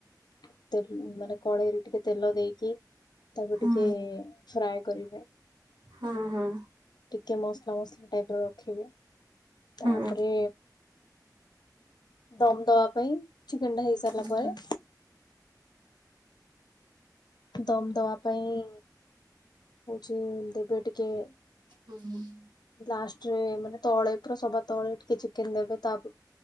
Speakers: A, on the left; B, on the right.
A: ତେଲ ମାନେ କଡ଼େଇରେ ଟିକେ ତେଲ ଦେଇକି ତାପରେ
B: ହୁଁ ହୁଁ ହୁଁ
A: ଟିକେ ଫ୍ରାଏ କରିବେ।
B: ହଁ ହଁ।
A: ଟିକେ ମସଲା ମସଲା ଟାଇପ ର ରଖିବେ। ତାପରେ
B: ହୁଁ
A: ଦମ୍ ଦବା ପାଇଁ ଚିକେନେ ଟା ହେଇ ସାରିଲା
B: ହୁଁ
A: ପରେ
B: ହୁଁ
A: ଦମ୍ ଦବା ପାଇଁ ହଉଛିି ଦେବେ ଟିକେ
B: <unintelligible>
A: ଲାଷ୍ଟରେ ମାନେ ତଳେ ପୁରା ସବା ତଳେ ଟିକେ ଚିକେନ ଦେବେ। ତାପ